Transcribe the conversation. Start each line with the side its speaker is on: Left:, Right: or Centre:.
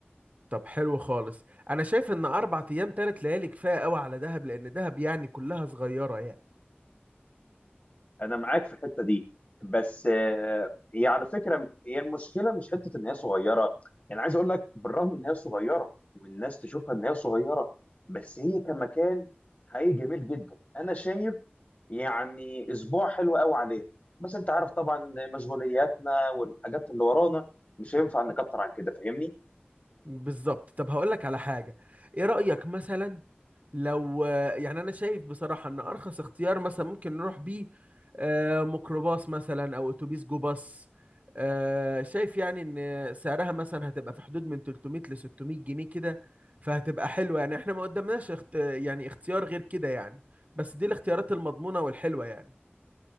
Right: طب حلو خالص انا شايف ان اربع ايام ثلاث ليالي كفاية قوي على دهب لان دهب يعني كلها صغيرة يعني
Left: انا معاك في الحته دي بس آه، هي على فكره هي المشكله مش حته ان هي صغيره يعني عايز اقول لك بالرغم ان هي صغيره والناس تشوفها ان هي صغيره بس هي كمكان حقيقي جميل جدا انا شايف يعني اسبوع حلو قوي عليها بس انت عارف طبعا مشغولياتنا والحاجات اللي ورانا مش هينفع نكتر عن كده فاهمني
Right: بالظبط طب هقول لك على حاجة ايه رأيك مثلا لو يعني انا شايف بصراحة ان ارخص اختيار مثلا ممكن نروح بيه آه، ميكروباص مثلا او اتوبيس جو باص آه، شايف يعني ان سعرها مثلا هتبقى في حدود من 300 ل 600 جنيه كده فهتبقى حلوة يعني احنا ما قدامناش اخت... يعني اختيار غير كده يعني بس دي الاختيارات المضمونة والحلوة يعني